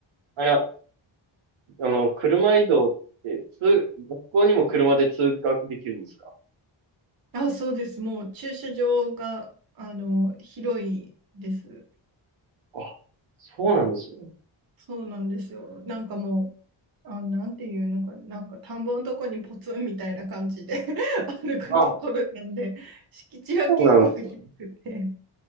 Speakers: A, on the right; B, on the right.
A: あ、いや、あの、車移動って、通、学校にも車で通学できるんですか
B: あ、そうです。もう駐車場が、あの、広いです。
A: あ、そうなんですね。
B: そうなんですよ。なんかもう、あ、なんていうのかな、なんか田んぼのとこにポツンみたいな感じで <laughs> 歩くところなんで、
A: あ、
B: 敷地は結構広くて。
A: そうなんですよね。